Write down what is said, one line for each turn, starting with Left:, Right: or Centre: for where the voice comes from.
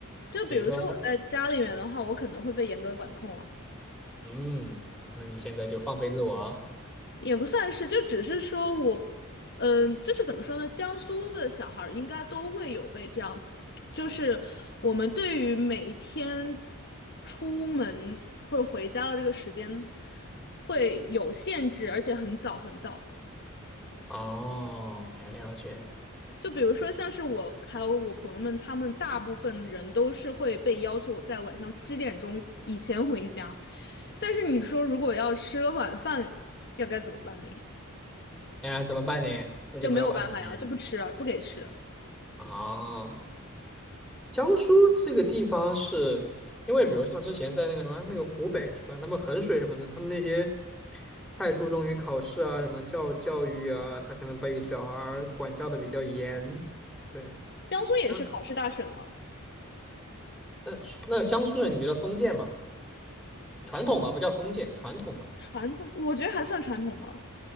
Left: 就比如说我在家里面的话，
Centre: 比如说他，
Left: 我可能会被严格管控啊。
Centre: 嗯，那你现在就放飞自我
Left: 也不算是，就只是说我，嗯、就是怎么说呢？江苏的小孩儿应该都会有被这样子，就是我们对于每一天出门或者回家的这个时间会有限制，而且很早很早。
Centre: 哦，OK，了解。
Left: 就比如说像是我还有我朋友们，他们大部分人都是会被要求在晚上七点钟以前回家，但是你说如果要吃个晚饭，要该怎么办呢？
Centre: 哎呀，怎么办呢？那就没有办法呢。
Left: 就没有办法呀，就不吃啊，不给吃。
Centre: 哦，江苏这个地方是因为，比如像之前在那个什么那个湖北是吧？他们衡水什么的，他们那些太注重于考试啊，什么教教育啊，他可能被小孩儿管教的比较严。对，
Left: 江苏也是考试大省啊，
Centre: 那那那江苏人，你觉得封建吗？传统嘛，不叫封建，传统嘛。
Left: 传统，我觉得还算传统吧。